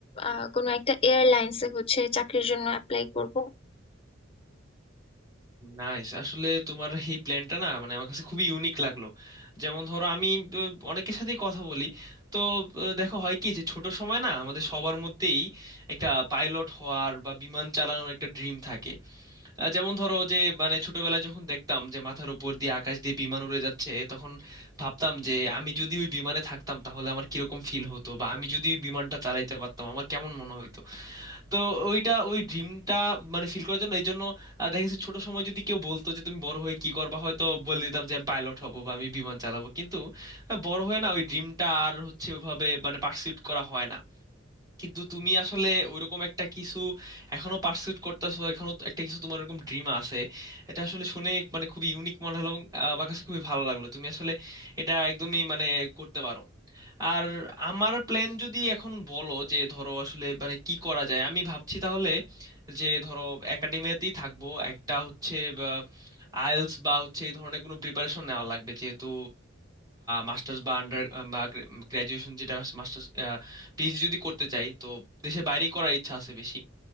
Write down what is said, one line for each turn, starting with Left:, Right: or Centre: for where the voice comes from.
Left: আহ, কোনো একটা এয়ারলাইন্সে হচ্ছে চাকরির জন্য অ্যাপ্লাই করব
Right: নাইস আসলে তোমার এই প্ল্যানটা না মানে আমার কাছে খুবই ইউনিক লাগলো যেমন ধরো আমি আহ, অনেকের সাথেই কথা বলি তো আহ, দেখো হয় কি যে ছোট সময় না আমাদের সবার মধ্যেই একটা পাইলট হওয়ার বা বিমান চালানোর একটা ড্রিম থাকে আহ, যেমন ধরো যে মানে ছোটবেলায় যখন দেখতাম যে মাথার উপর দিয়ে আকাশ দিয়ে বিমান উড়ে যাচ্ছে তখন ভাবতাম যে আমি যদি ওই বিমানে থাকতাম তাহলে আমার কিরকম ফিল হতো বা আমি যদি ওই বিমানটা চালাইতে পারতাম আমার কেমন মনে হতো তো ওইটা ওই ড্রিমটা মানে ফিল করার জন্য এই জন্য আহ, দেখা গেছে ছোট সময় যদি কেউ বলতো যে তুমি বড় হয়ে কি করবা হয়তো বলে দিতাম যে আমি পাইলট হব বা আমি বিমান চালাবো কিন্তু আহ, বড় হয়ে না ওই ড্রিমটা আর হচ্ছে ওইভাবে মানে পার্সিউট করা হয় না কিন্তু তুমি আসলে ওইরকম একটা কিছু এখনো পার্সুট করতেছো এখনো তো একটা কিছু তোমার ওরকম ড্রিম আছে এটা আসলে শুনে মানে খুবই ইউনিক মনে হলো এবং আহ, আমার কাছে খুবই ভালো লাগলো তুমি আসলে এটা একদমই মানে করতে পারো আর আমার প্ল্যান যদি এখন বলো যে ধরো আসলে মানে কি করা যায় আমি ভাবছি তাহলে যে ধরো একাডেমিয়াতেই থাকবো একটা হচ্ছে আইএলস বা হচ্ছে এই ধরনের কোনো প্রিপারেশন নেওয়া লাগবে যেহেতু মাস্টার্স বা আন্ডার গ্র্যাজুয়েশন যেটা মাস্টার্স পিএইচডি যদি করতে চাই তো দেশের বাইরেই করার ইচ্ছা আছে বেশি